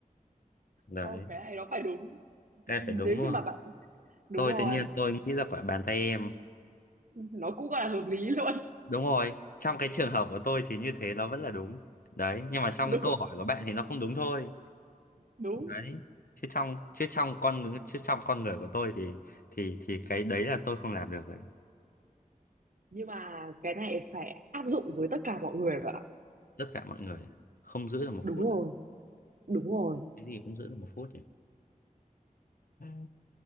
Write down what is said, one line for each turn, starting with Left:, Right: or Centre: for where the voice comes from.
Left: Đấy,
Right: không cái này nó phải đúng
Left: cái này
Right: nếu
Left: phải đúng không?
Right: như mà bạn đúng
Left: Tôi
Right: rồi
Left: tự nhiên tôi nghĩ ra quả bàn tay em.
Right: nó cũng gọi là hợp lý luôn
Left: Đúng rồi, trong cái trường hợp của tôi thì như thế nó vẫn là đúng. Đấy, nhưng
Right: <laughs>
Left: mà trong cái
Right: đúng
Left: câu hỏi của bạn thì nó không đúng thôi.
Right: đúng
Left: Đấy. Chứ trong chứ trong con người chứ trong con người của tôi thì thì thì cái đấy là tôi không làm được đấy.
Right: nhưng mà cái này phải áp dụng với tất cả mọi người bạn ạ
Left: Tất cả mọi người không giữ được một
Right: đúng
Left: phút.
Right: rồi đúng rồi
Left: Cái gì cũng giữ được một phút nhỉ? Ừ.